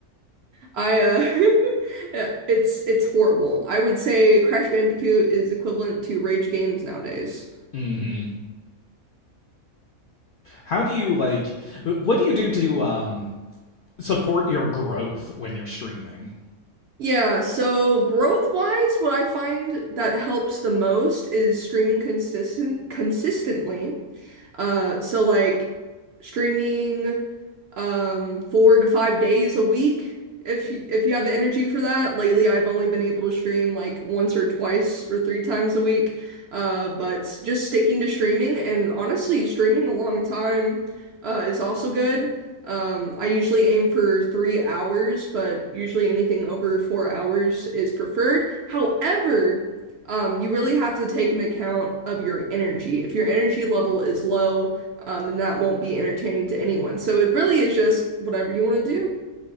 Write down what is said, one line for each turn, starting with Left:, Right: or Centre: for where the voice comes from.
Right: I uh <laughs> yeah, it's it's horrible. I would say Crash Bandicoot is equivalent to rage games nowadays.
Left: hmm How do you like? What do you do to um support your growth when you're streaming?
Right: Yeah, so growth-wise, what I find that helps the most is streaming consistent consistently. Uh, so like streaming. um four to five days a week if you, if you have the energy for that. Lately, I've only been able to stream like once or twice or three times a week. Uh, but just sticking to streaming and honestly, streaming a long time uh, is also good. Um, I usually aim for three hours, but usually anything over four hours is preferred. However, um, you really have to take an account of your energy. If your energy level is low, um, then that won't be entertaining to anyone. So it really is just whatever you want to do.